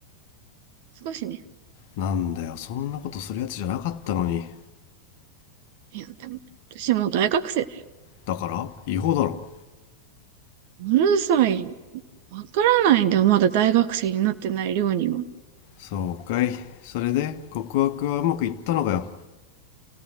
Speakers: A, on the right (about 50°); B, on the left (about 50°).
A: 少しね。
B: なんだよそんなことするやつじゃなかったのに
A: いや、でも、私もう大学生。
B: だから違法だろ
A: うるさい。わからないんだよ。まだ大学生になってないりょうには。
B: そうかいそれで告白はうまくいったのかよ